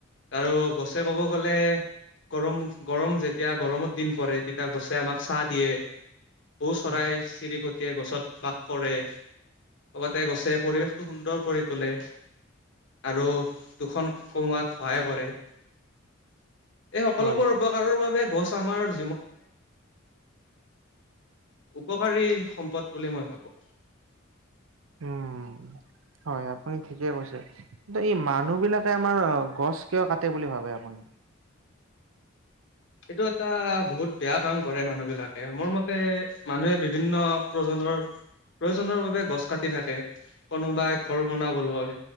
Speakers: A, on the left; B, on the right.
A: আৰু গছে ক'ব গ'লে গৰম গৰম যেতিয়া গৰমত দিন পৰে তেতিয়া গছে আমাক চাহ দিয়ে বৌ চৰাই
B: হয়,
A: চিৰিকট গতিকে গছত বাস কৰে লগতে গছে পৰিৱেশটো সুন্দৰ কৰি তোলে আৰু দুখন কমোৱাত সহায় কৰে এই সকলোবোৰ
B: হয়,
A: উপকাৰৰ বাবে গছ আমাৰ উপকাৰী সম্পদ বুলি মই ভাবো।
B: উম।
A: <inaudible>
B: হয় আপুনি ঠিকে কৈছে কিন্তু এই মানুহ বিলাকে আমাৰ গছ কিয় কাটে বুলি ভাবে আপুনি।
A: এইটো এটা বহুত বেয়া কাম কৰে মানুহ বিলাকে মোৰ মতে মানুহে বিভিন্ন প্ৰজন্ম ধৰ প্ৰয়োজনৰ বাবে গছ কাটি থাকে কোনোবাই ঘৰ বনাবলৈ হয়